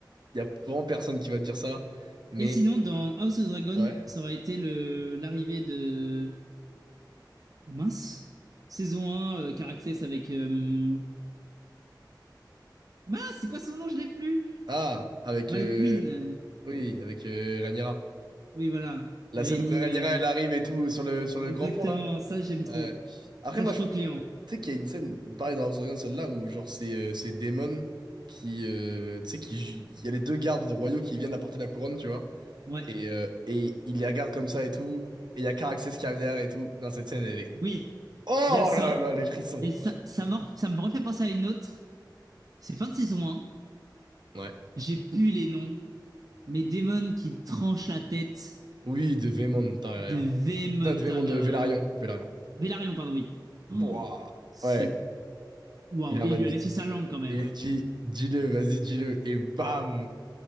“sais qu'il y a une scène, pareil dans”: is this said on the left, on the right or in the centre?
Right